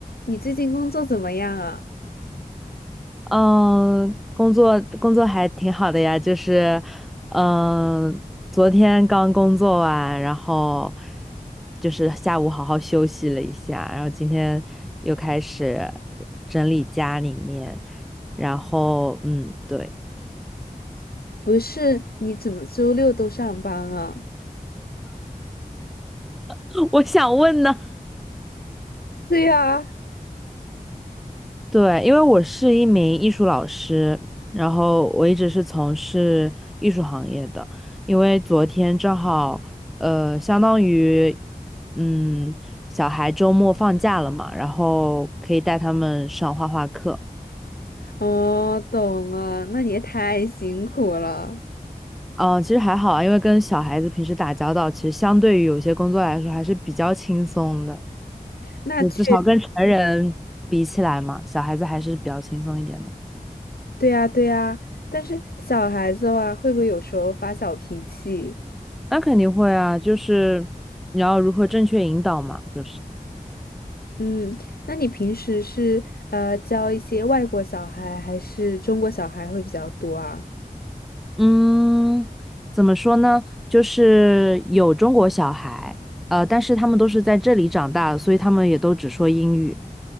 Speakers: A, on the left; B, in the centre.
A: 你最近工作怎么样啊？
B: 嗯，工作工作还挺好的呀，就是，嗯，昨天刚工作完，然后就是下午好好休息了一下，然后今天又开始整理家里面，然后嗯，对，
A: 不是，你怎么周六都上班啊？
B: <laughs> 我想问呢，
A: 对呀，
B: 对，因为我是一名艺术老师，然后我一直是从事艺术行业的。因为昨天正好，呃，相当于，嗯，小孩周末放假了嘛，然后可以带他们上画画课。
A: 哦，懂了，那你也太辛苦了。
B: 嗯，其实还好啊，因为跟小孩子平时打交道，其实相对于有些工作来说还是比较轻松的，
A: 那确，
B: 就至少跟成人比起来嘛，小孩子还是比较轻松一点的。
A: 对呀，对呀。但是小孩子哇，会不会有时候发小脾气？
B: 那肯定会啊，就是你要如何正确引导嘛，就是，
A: 嗯，那你平时是呃教一些外国小孩还是中国小孩会比较多啊？
B: 嗯，怎么说呢？就是有中国小孩，呃，但是他们都是在这里长大，所以他们也都只说英语。